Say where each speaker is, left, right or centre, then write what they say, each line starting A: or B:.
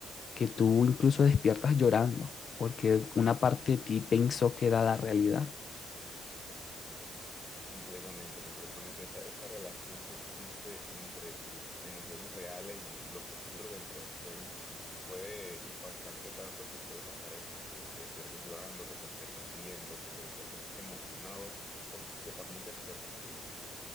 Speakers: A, on the left; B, on the left.
A: que tú incluso despiertas llorando, porque una parte de ti pensó que era la realidad.
B: Completamente, completamente. Esa, esa relación que existe entre tus emociones reales y lo que ocurre dentro del sueño puede impactarte tanto que puede pasar eso, que te despiertes llorando, que te despiertes riendo, que te despiertes emocionado o que también te despiertes triste.